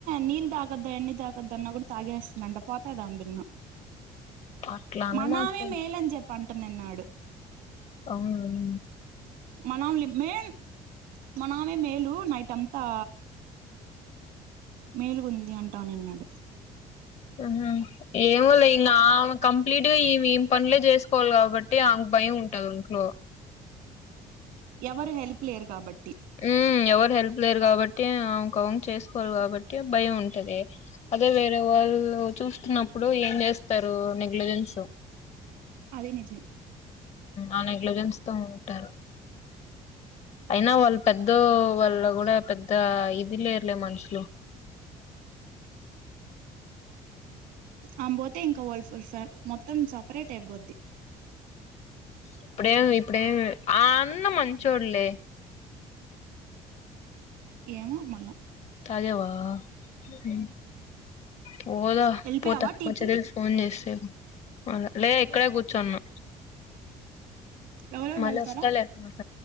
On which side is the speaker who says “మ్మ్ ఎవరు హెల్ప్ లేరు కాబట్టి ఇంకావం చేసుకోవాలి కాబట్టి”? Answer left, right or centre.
Left